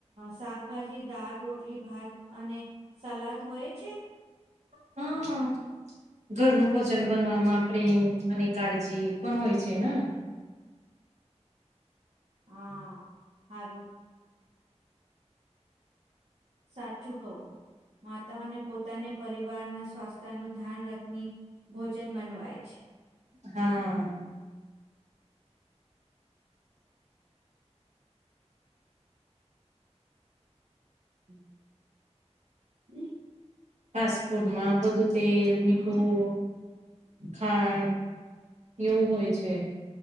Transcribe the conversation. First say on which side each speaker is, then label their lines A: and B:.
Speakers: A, on the right; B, on the right.
A: શાકભાજી, દાળ, રોટી. રોટલી, ભાત અને સલાડ હોય છે.
B: હા હા. ઘરનું ભોજન બનવામાં પ્રેમ અને કાળજી પણ હોય છે ને.
A: હા સારું. સાચું કહું માતા અને પોતાને પરિવારના સ્વાસ્થ્ય નું ધ્યાન રાખની. ભોજન બનનવાય છે.
B: હા.
A: હમ બ <inaudible> <unintelligible>
B: ફાસ્ટફૂડમાં બધું તેલ, મીઠું,
A: હા
B: ખાંડ, એવું હોય છે.